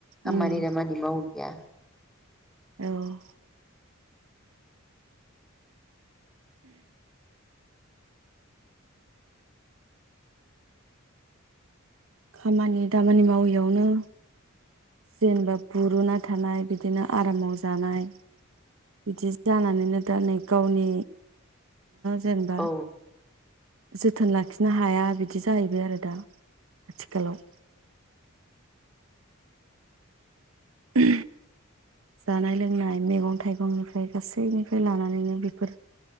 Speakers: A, in the centre; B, on the right (about 70°).
A: खामानि
B: उम
A: दामानि मावलिया
B: औ खामानि दामानि मावियावनो जेनेबा बुरुना थानाय बिदिनो आरामाव जानाय बिदि जानानैनो दा नै गावनि जेनेबा
A: औ
B: जोथोन लाखि लाखिनो हाया बिदि जाहैबाय आरो दा आथिखालाव उम जानाय लोंनाय मैगं थाइगंनिफ्राय गासैनिफ्राय लानानैनो बेफोर